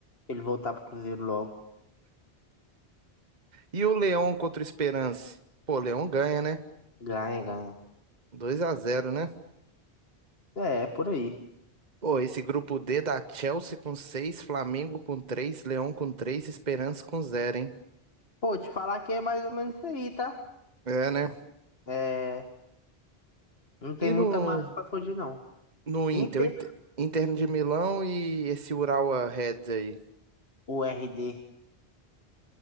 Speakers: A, on the left; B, on the right.
A: Ele voltar pro Cruzeiro logo.
B: E o Leão contra o Esperance? Pô, o Leão ganha, né?
A: Ganha, ganha.
B: dois a zero né?
A: É, é por aí.
B: Pô, esse grupo D dá Chelsea com seis Flamengo com três Leão com três esperança com zero hein?
A: Pô, te falar que é mais ou menos isso aí, tá?
B: É, né?
A: É, não tem
B: E
A: muita
B: no,
A: margem pra fugir, não.
B: no Inter,
A: Inter,
B: o Inter, Inter de Milão e esse Urawa Reds aí?
A: o RD.